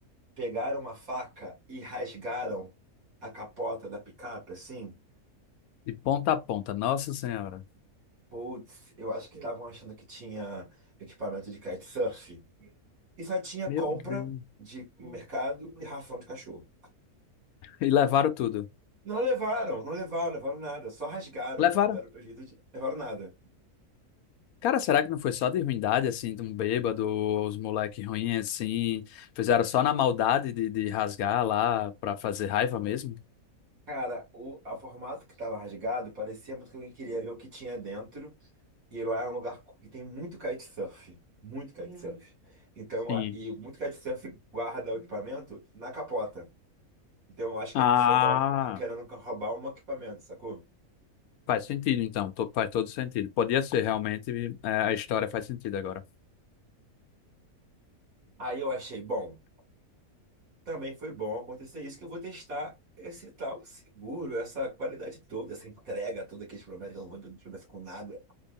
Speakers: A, on the right (about 65°); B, on the left (about 75°).
A: pegaram uma faca e rasgaram a capota da picape, assim.
B: De ponta a ponta, Nossa Senhora.
A: Putz, eu acho que estavam achando que tinha equipamento de kitesurf. E só tinha
B: Meu
A: compra
B: Deus.
A: de mercado e ração de cachorro.
B: E levaram tudo.
A: Não levaram, não levaram, levaram nada. Só rasgaram,
B: Levaram.
A: sabe? Deram pra jeito de... Levaram nada.
B: Cara, será que não foi só de ruindade, assim, de um bêbado, os moleques ruins, assim, fizeram só na maldade de, de rasgar lá pra fazer raiva mesmo?
A: Cara, o a formato que tava rasgado parecia muito que alguém queria ver o que tinha dentro. E lá é um lugar que tem muito kitesurf. Muito kitesurf. Então,
B: Sim.
A: a- e muito kitesurf guarda o equipamento na capota. Então, eu acho que
B: Ah,
A: a pessoa tava querendo roubar um equipamento, sacou?
B: faz sentido então, to- faz todo sentido. Podia ser realmente, é, a história faz sentido agora.
A: Aí eu achei, bom, também foi bom acontecer isso, que eu vou testar esse tal seguro, essa qualidade toda, essa entrega toda que eles prometem, que eu não vou promessa com nada.